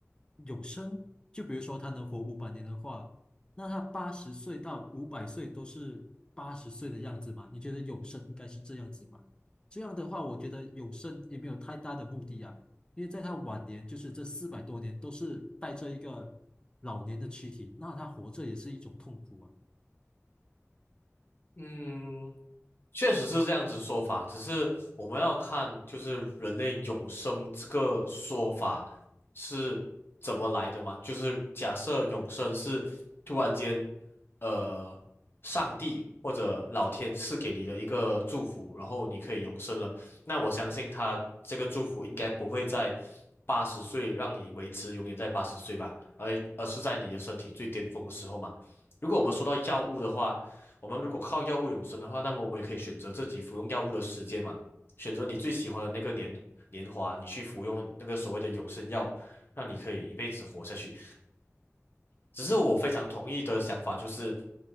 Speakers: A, on the left; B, on the left.
A: 永生，就比如说他能活五百年的话，那他八十岁到五百岁都是八十岁的样子嘛？你觉得永生应该是这样子吗？这样的话，我觉得永生也没有太大的目的啊，因为在他晚年，就是这四百多年都是带着一个老年的躯体，那他活着也是一种痛苦啊，
B: 嗯，确实是这样子说法，只是我们要看就是人类永生这个说法是怎么来的嘛？就是假设永生是突然间，呃，上帝或者老天赐给你的一个祝福，然后你可以永生了，那我相信他这个祝福应该不会在八十岁让你维持永远在八十岁吧，而而是在你的身体最巅峰的时候嘛。如果我们说到药物的话，我们如果靠药物永生的话，那么我们也可以选择自己服用药物的时间嘛，选择你最喜欢的那个年年华，你去服用那个所谓的永生药，让你可以一辈子活下去。只是我非常同意的想法就是，